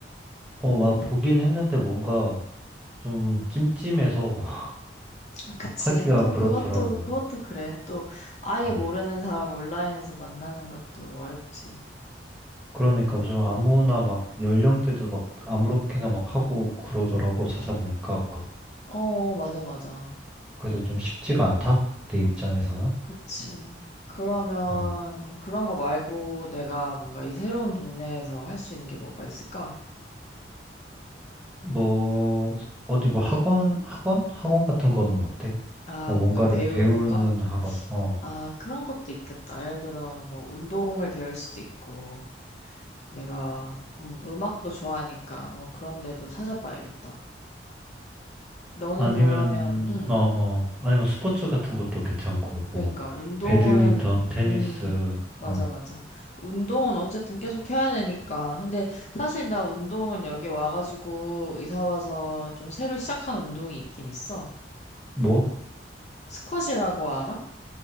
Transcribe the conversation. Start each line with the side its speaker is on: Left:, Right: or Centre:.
Centre: 어, 막 보긴 했는데 뭔가 좀 찜찜해서 <laughs>
Left: 아, 그치.
Centre: 하기가
Left: 또
Centre: 그렇더라고.
Left: 그것도, 그것도 그래. 또 아예
Centre: 어.
Left: 모르는 사람 온라인에서 만나는 것도 어렵지.
Centre: 그러니까 좀 아무나 막 연령대도 막 아무렇게나 막 하고 그러더라고 찾아보니까.
Left: 어, 맞아, 맞아.
Centre: 그래서 좀 쉽지가 않다. 내 입장에서는.
Left: 그치. 그러면
Centre: 어.
Left: 그런 거 말고 내가 뭔가 이 새로운 동네에서 할 수 있는 게 뭐가 있을까?
Centre: 뭐 어디 뭐 학원 학원 학원 같은 거는 어때?
Left: 아,
Centre: 뭐
Left: 뭔가
Centre: 뭔가를
Left: 배우는
Centre: 배우는
Left: 거?
Centre: 학원. 어.
Left: 아, 그런 것도 있겠다. 예를 들어 뭐 운동을 배울 수도 있고 내가 음, 음악도 좋아하니까 뭐 그런 데도 찾아봐야겠다. 너는
Centre: 아니면
Left: 그러면 음,
Centre: 어 어. 아니면 스포츠 같은 것도 괜찮고
Left: 그러니까
Centre: 뭐
Left: 운동은
Centre: 배드민턴, 테니스
Left: 음 맞아
Centre: 어.
Left: 맞아 운동은 어쨌든 계속 해야 되니까 근데 사실 나 운동은 여기 와가지고 이사 와서 좀 새로 시작한 운동이 있긴 있어
Centre: 뭐?
Left: 스쿼시라고 알아?